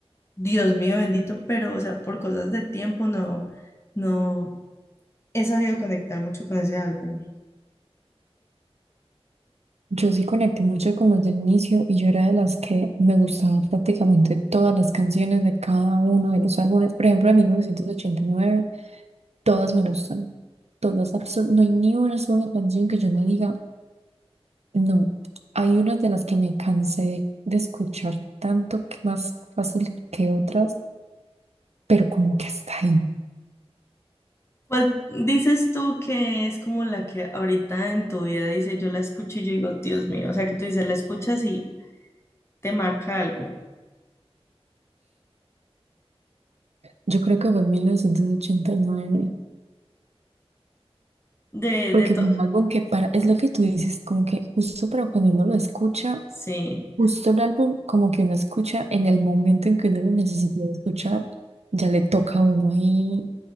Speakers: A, on the left; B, on the right.
A: Dios mío bendito, pero o sea, por cosas de tiempo no, no he sabido conectar mucho con ese álbum.
B: Yo sí conecté mucho con los del inicio y yo era de las que me gustaba prácticamente todas las canciones de cada uno de los álbumes. Por ejemplo, de mil novecientos ochenta y nueve Todas me gustan. Todas, absol- no hay ni una sola canción que yo no diga, no. Hay unas de las que me cansé de escuchar tanto que más fácil que otras, pero como que hasta ahí.
A: ¿Cuál dices tú que es como la que ahorita en tu vida dice, yo la escucho y yo digo, Dios mío, o sea, que tú dices, la escuchas y te marca algo
B: Yo creo que fue en mil novecientos ochenta y nueve
A: de,
B: porque
A: de todo?
B: fue un álbum que para, es lo que tú dices, como que justo para cuando uno lo escucha,
A: Sí.
B: Justo el álbum, como que uno escucha en el momento en que uno lo necesita escuchar, ya le toca a uno ahí